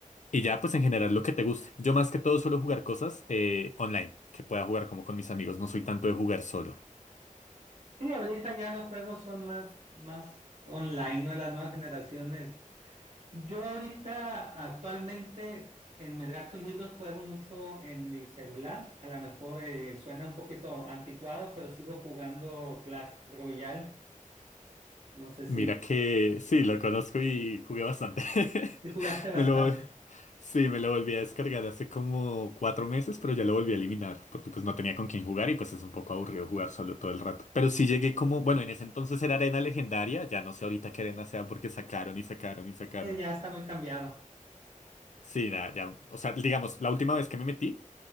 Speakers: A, on the left; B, on the right.
A: Y ya, pues en general lo que te guste. Yo más que todo suelo jugar cosas eh, online, que pueda jugar como con mis amigos. No soy tanto de jugar solo.
B: Sí, ahorita ya los juegos son más, más online, ¿no? Las nuevas generaciones Yo ahorita actualmente en mis gatos libros juego mucho en mi celular. A lo mejor eh, suena un poquito anticuado, pero sigo jugando Clash Royale. No sé si,
A: Mira que sí, lo conozco y jugué bastante. <laughs>
B: si jugaste bastante.
A: Me lo, vol- sí, me lo volví a descargar hace como cuatro meses, pero ya lo volví a eliminar, porque pues no tenía con quién jugar y pues es un poco aburrido jugar solo todo el rato. Pero sí llegué como, bueno, en ese entonces era arena legendaria, ya no sé ahorita qué arena sea porque sacaron y sacaron y sacaron.
B: Eh, ya está muy cambiado.
A: Sí, ya ya, o sea, digamos, la última vez que me metí.